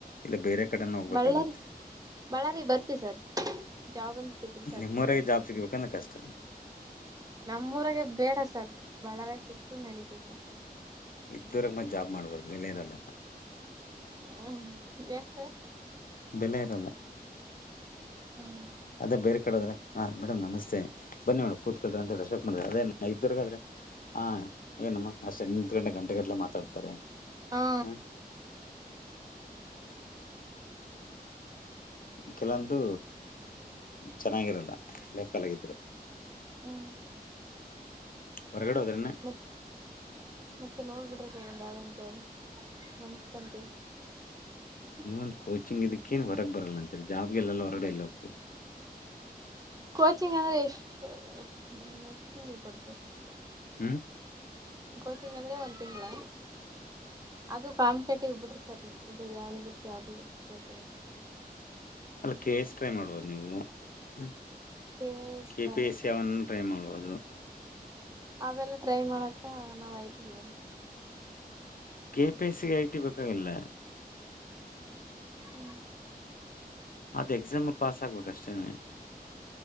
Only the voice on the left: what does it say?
ಇಲ್ಲ ಬೇರೆ ಕಡೆನ ಹೋಗ್ಬೇಕಾಗತ್ತೆ
ನಿಮ್ಮೂರಿಗೆ
ಜಾಬ್ ಸಿಗಬೇಕು ಅಂದ್ರೆ ತುಂಬಾ ಕಷ್ಟ
ಇದು ಊರಾಗ ಮತ್ ಜಾಬ್ ಮಾಡಬಾರದು ಬೆಲೆ ಇರಲ್ಲ
ಬೆಲೆ ಇರಲ್ಲ
ಅದೇ ಬೇರೆ ಕಡೆೋದ್ರ ಹಾ ಮೇಡಮ ನಸ್ತೆೇ ಬನ್ನಿ ಮೇ ಕತ್ಕಲ್ರ ಅಂತ ರೆಸ್ಪೆಕ್ಟ್ ಮಾಡ ಅದೇ ನ. ಇದ್ವರ್ಗಾದ್ರೆ ಹಾ ಏನಮ್ಮ ಅಷ್ಟ ನಿಂತ್ ಗಂಟೆ ಗಂಟೆ ಗಟ್ಲೆ ಮಾತಾಡ್ತಾರೆ.
ಹ್ಮ. ಕೆಲವೊಂದು ಚೆನ್ನಾಗಿರಲ್ಲ ಲೋಕಲ್ಗಿದ್ರೆ.
ಹೊರಗಡೆ ಹೋದರನ್ನೆ.
ನೀ ಒಂದು ಕೋಚಿಂಗ್ ಇದಕ್ಕೇನ್ ಹೊರಗ್ ಬರಲ್ಲ ಅಂತತ್ರಿ ಜಾಬ್ಗೆ ಎಲ್ಲ ಹೊರಡೆಲ್ಲೋಗ್ತಿರ.
ಹ್ಮ್.
ಅಲ್ಲ ಕೆ ಎಸ್ ಟ್ರೈ ಮಾಡುಬವದು ನೀವು ಹ್ಞ
ಕೆ
ಪಿ ಎಸ್
ಸಾವನ್. ಟ್ರೈ ಮಾಡುಬೋದು.
ಕೆ ಪಿ ಎಸ್ಸಿಗೆ ಐ ಟಿ ಬೇಕಾಗಿಲ್ಲ.
ಅದು ಎಕ್ಸಾಮ್ ಪಾಸ್ ಆಗ್ಬೇಕ ಅಷ್ಟೇನೆ